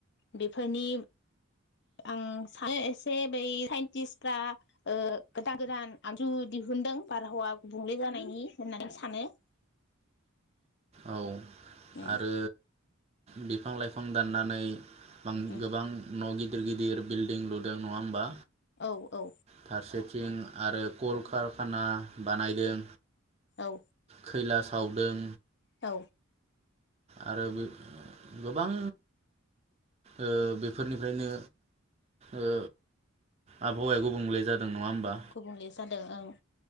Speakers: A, on the left; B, on the right.
A: बेफोरनि आं सानो एसे बै साइन्टिसफ्रा ओ गोदान गोदान आजु दिहुनदों बारहावा गुबुंले जानायनि होननानै सानो।
B: औ
A: उम
B: आरो बिफां लाइफां दाननानै
A: उम
B: गोबां न' गि गिदिर गिदिर बिल्डिं लुदों नङा होमबा?
A: औ औ
B: फारसेथिं आरो कल कारखाना बानायदों
A: औ
B: खैला सावदों
A: औ
B: आरो बेफ गोबां ओ बेफोरनि फ्रायनो ओ आबहावाया गुबुंले जा दों नङा होमबा?
A: गुबुंले जादों ओं।